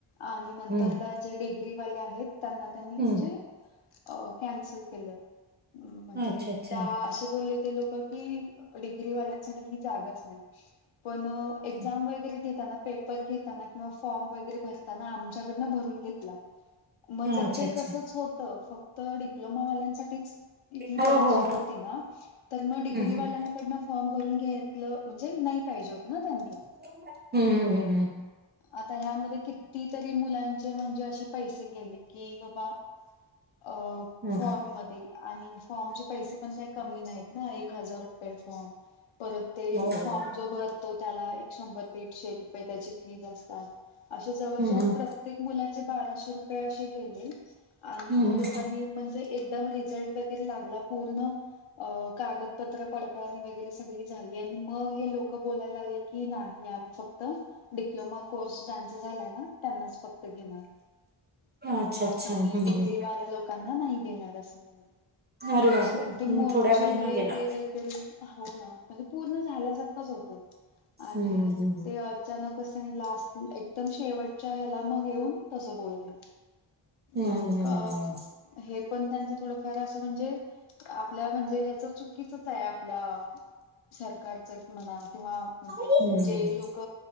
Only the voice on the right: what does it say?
हं,
हं.
अच्छा, अच्छा.
हं.
अच्छा,
अच्छा.
हो,
हो.
हं, हं.
हम्म हम् हम्.
हं,
हं.
हो,
हो.
हं,
हं.
हं,
हं,
हं. अच्छा, अच्छा.
हं,
हं.
अरे बापरे! हं,
थोड्यावरनं
गेला.
हं, हं, हं, हं.
हं,
हं, हं, हं.
हं, हं.